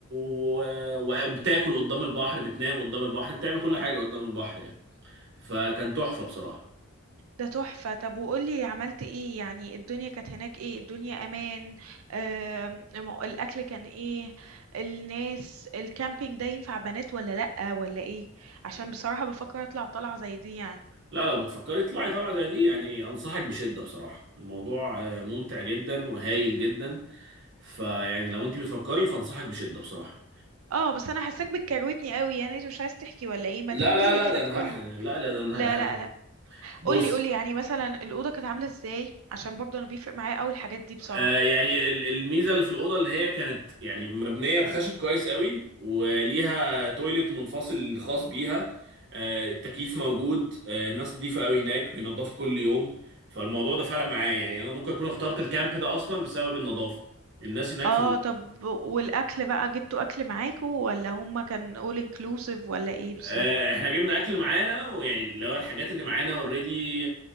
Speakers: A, on the right (about 55°); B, on the right (about 70°).
A: و... وبتاكل قدام البحر بتنام قدام البحر بتعمل كل حاجة قدام البحر يعني فكان تحفة بصراحة
B: ده تحفة طب وقولي عملت ايه يعني الدنيا كانت هناك ايه الدنيا امان آم، م- الاكل كان ايه الناس الكامبينج ده ينفع بنات ولا لأ ولا ايه عشان بصراحة بفكر اطلع طلعة زي دي يعني
A: لا لو بتفكري تطلعي طلعة زي دي يعني أنصحك بشدة بصراحة الموضوع آه، ممتع جدا
B: مم.
A: وهايل جدا فيعني لو انت بتفكري فأنصحك بشدة بصراحة
B: اه بس انا حاساك بتكروتني قوي يعني مش عايز تحكي ولا ايه ما
A: لا
B: تحكيلي
A: لا لا
B: كده
A: ده انا
B: تقولي
A: هح... لا لا ده انا
B: لا لا
A: ه-
B: لا
A: بص
B: قولي قولي يعني مثلا الأوضة كانت عاملة ازاي عشان برضه انا بيفرق معايا قوي الحاجات دي بصراحة
A: آه، يعني ال- الميزه اللي في الاوضه اللي هي كانت يعني مبنيه بخشب كويس قوي وليها تويلت منفصل خاص بيها آه، التكييف موجود آه، الناس نظيفه قوي هناك بينضفوا كل يوم فالموضوع ده فرق معايا يعني انا ممكن اكون اخترت الكامب ده اصلا بسبب النظافه الناس هناك
B: اه
A: في
B: طب والاكل بقى جبتوا اكل معاكوا ولا هما كان all inclusive ولا ايه بالظبط
A: آه، احنا جبنا اكل معانا ويعني اللي هو الحاجات اللي معانا اوريدي